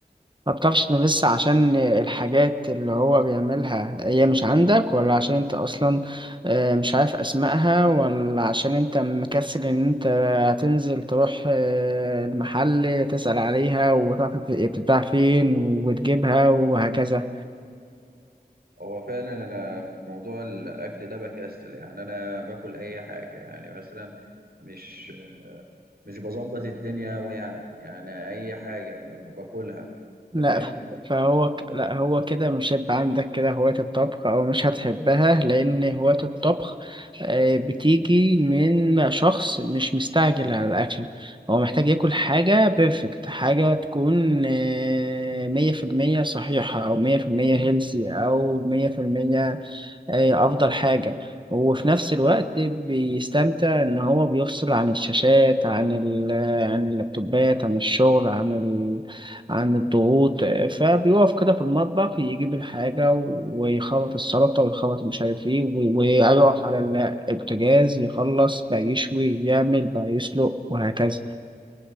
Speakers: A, on the right; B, on the right.
A: ما بتعرفش تنافس عشان الحاجات اللي هو بيعملها هي مش عندك ولا عشان انت اصلا آه، مش عارف اسمائها ولا عشان انت مكسل ان انت هتنزل تروح آه، المحل تسأل عليها وتعرف هي بتتباع فين وتجيبها وهكذا
B: هو فعلا انا في موضوع الاكل ده بكسل يعني انا باكل اي حاجه يعني مثلا مش مش بظبط الدنيا أوي يعني يعني اي حاجه باكلها
A: لا
B: انت فاهم
A: ف- فهو ك- لا هو كده مش هيبقى عندك كده هواية الطبخ أو مش هتحبها لأن هواية الطبخ آه، بتيجي من شخص مش مستعجل على الأكل هو محتاج ياكل حاجة بيرفكت حاجة تكون آه، مية في المية صحيحة أو مية في المية هيلسي أو مية في المية هي افضل حاجة وفي نفس الوقت بيستمتع ان هو بيفصل عن الشاشات عن ال عن اللابتوبات عن الشغل عن ال عن الضغوط آه، فبيقف كده في المطبخ يجيب الحاجة ويخلط السلطة ويخلط مش عارف ايه و- ويقف على ال- البوتاجاز يخلص بقى يشوي يعمل بقى يسلق وهكذا